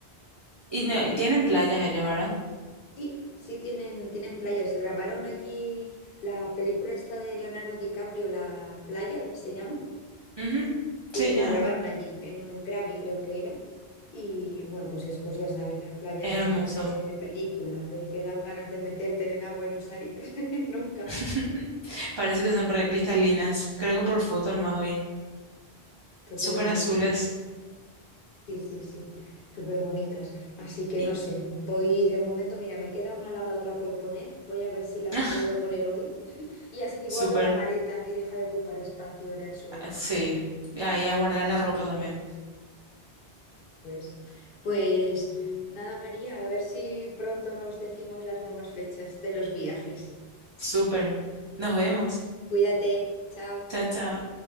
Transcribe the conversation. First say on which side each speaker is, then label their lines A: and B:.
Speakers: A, on the right; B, on the left.
A: Y, no, y tienen playas ellos, ¿verdad?
B: Sí, sí tienen, tienen playas, grabaron allí la película esta de Leonardo DiCaprio, La playa, se llama.
A: Ujú,
B: que
A: sí, ya.
B: la grabaron allí, en un Krabi creo que era. Y bueno, pues es, pues ya sabes, las playas
A: Es
B: estas
A: hermoso.
B: de, de película, de que dan ganas de meterte en el agua y no salir <laughs> nunca.
A: <laughs> Parece que son re cristalinas. Creo que por foto nomás vi.
B: Totalmente.
A: Súper azules.
B: Sí, sí, sí. Súper bonitas. Así que
A: Y-
B: no sé, voy de momento, mira, me queda una lavadora por poner. Voy a ver si la
A: <laughs>
B: puedo poner hoy. <laughs> Y así
A: Súper.
B: guardo la maleta y deja de ocupar espacio en el suelo.
A: Sí. Ahí a guardar la ropa también.
B: Pues, pues nada, María, a ver si pronto nos decimos las nuevas fechas de los viajes.
A: Súper. Nos vemos.
B: Cuídate, chao.
A: Chao, chao.